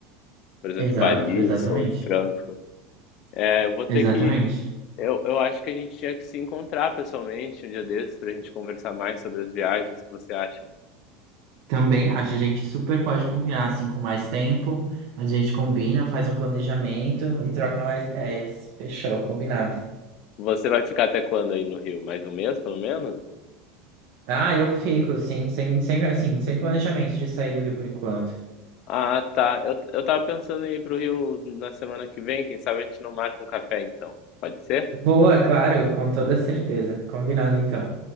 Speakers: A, on the left; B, on the right.
A: por exemplo,
B: Exato,
A: de Paris
B: exatamente.
A: ou de Frankfurt. É, eu vou ter
B: Exatamente.
A: que. Eu, eu acho que a gente tinha que se encontrar pessoalmente um dia desses para a gente conversar mais sobre as viagens. O que você acha?
B: Também acho, a gente super pode combinar assim com mais tempo. A gente combina, faz um planejamento e troca mais ideias. Fechou, combinado.
A: Você vai ficar até quando aí no Rio? Mais um mês, pelo menos?
B: Ah, eu fico, sim, sem, sem, assim, sem planejamento de sair do Rio por enquanto.
A: Ah, tá. Eu, eu tava pensando em ir pro Rio na semana que vem. Quem sabe a gente não marca um café então. Pode ser?
B: Boa, claro, com toda certeza. Combinado então.